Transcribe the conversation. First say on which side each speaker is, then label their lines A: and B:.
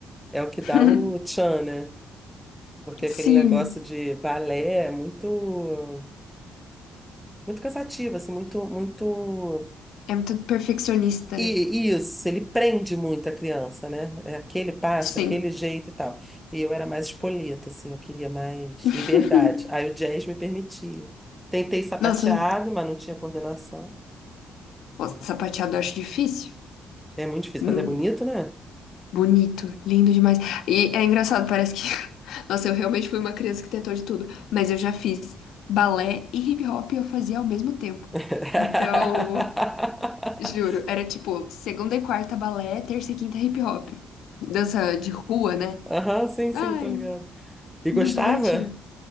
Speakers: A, in the centre; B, on the left (about 80°).
A: é o que dá
B: <laughs>
A: o tchan, né? Porque
B: Sim,
A: aquele negócio de balé é muito, muito cansativo, assim, muito, muito.
B: é muito perfeccionista, né?
A: E e isso, ele prende muito a criança, né? É aquele passo,
B: Sim.
A: aquele jeito e tal. E eu era mais espoleta, assim, eu queria mais
B: <laughs>
A: liberdade. Aí o jazz me permitia. Tentei sapateado,
B: Nossa,
A: mas não tinha coordenação.
B: o sapateado eu acho difícil.
A: É muito difícil,
B: Hum.
A: mas é bonito, né?
B: Bonito, lindo demais. E é engraçado, parece que. <laughs> Nossa, eu realmente fui uma criança que tentou de tudo, mas eu já fiz balé e hip hop eu fazia ao mesmo tempo.
A: <laughs>
B: Então, juro, era tipo segunda e quarta balé, terça e quinta hip hop. Dança de rua, né?
A: Aham, sim,
B: Ai,
A: sim, tô ligado. E
B: me
A: gostava?
B: divertia.